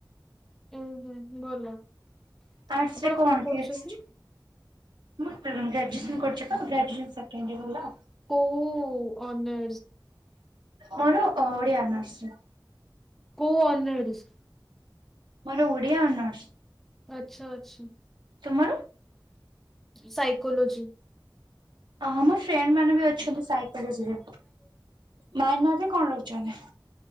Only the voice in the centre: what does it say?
ଓ ହୋ ଭଲ। ଆପଣ
କଣ
ପଢୁଛନ୍ତି?
କୋଉ ଅନ
କୋଉ ଅନରର୍ସ?
ଆଚ୍ଛା ଆଛା।
ସାଇକୋଲୋଜି।